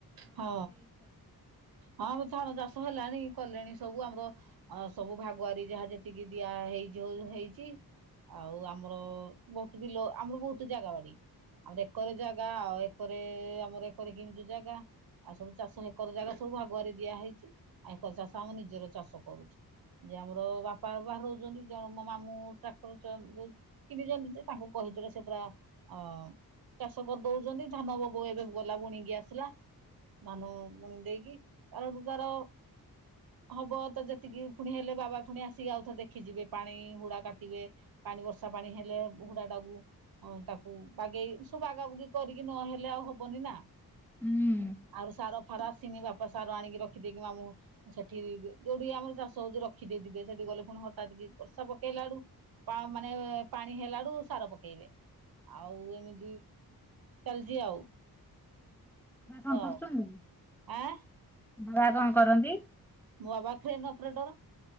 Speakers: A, on the right; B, in the centre.
A: ହଁ ହଁମ ଧାନ ଚାଷ ହେଲାଣିି। କଲେଣି ସବୁ ଆମର ଅ ସବୁ ଭାଗୁଆରୀ ଯାହା ଯେତିକି ଦିଆ ହେଇଛି ହେଇଛି ଆଉ ଆମର ବହୁତ ବିଲ ଆମର ବହୁତ ଜାଗା ବାଡି ଆମର ଏକରେ ଜାଗା ଆଉ ଏକରେ ଆମର ଏକରେ କିଣିଛୁ ଜାଗା। ଆଉ ସବୁ ଚାଷ ହେକର ଜାଗା ସବୁ ଭାଗୁଆରି ଦିଆ ହେଇଛି ଆଉ ଏକର ଚାଷ ଆମ ନିଜର ଚାଷ କରୁଛୁ। ଯେ ଆମର ବାପା ବାହାରୁ ଜଣେ ନିଜ ମୋ ମାମୁ ଟ୍ରାକ୍ଟର ଯୋଉ କିଣିଛନ୍ତି ଯେ ତାଙ୍କୁ କହିଥିଲେ ସେ ପୁରା ଅଁ ଚାଷ କରିଦଉଛନ୍ତି ଧାନବ ବୋଉ ଏବେ ଗଲା ବୁଣିକି ଆସିଲା ଧାନ ବୁଣି ଦେଇକି କାଲିରୁ ତାର ହବ ତ ଯେତିକି ଫୁଣି ହେଲେ ବାବା ଫୁଣି ଆସିକି ଆଉଥରେ ଦେଖିଯିବେ ପାଣି ହୁଡା କାଟିବେ ପାଣି ବର୍ଷା ପାଣି ହେଲେ ହୁଡା ଡ଼ାକୁ ତାକୁ ବାଗେଇ ସବୁ ବାଗାବୁଗି କରିକି ନହେଲେ ଆଉ ହବନି ନା
B: ହୁଁ।
A: ଆଉ ସାର ଫାର ଆସିନି ବାପା ସାର ଆଣିକି ରଖିଦେଇକି ମାମୁଁ ସେଠି ଯୋଉିଠି ଆମର ଚାଷ ହଉଛି ରଖି ଦେଇଥିବେ ସେଠି ଗଲେ ପୁଣି ହଠାତ୍ କି ବର୍ଷା ପକେଇଲାଡୁ ପା ମାନେ ପାଣି ହେଲାଡୁ ସାର ପକେଇବେ। ଆଉ ଏମିତି ଚାଲିଛି ଆଉ। ତ
B: କଣ କରୁଛନ୍ତି?
A: ଆଁ
B: ବାବା କଣ କରନ୍ତି?
A: ମୋ ବାବା କ୍ରେନ୍ ଅପରେଟର।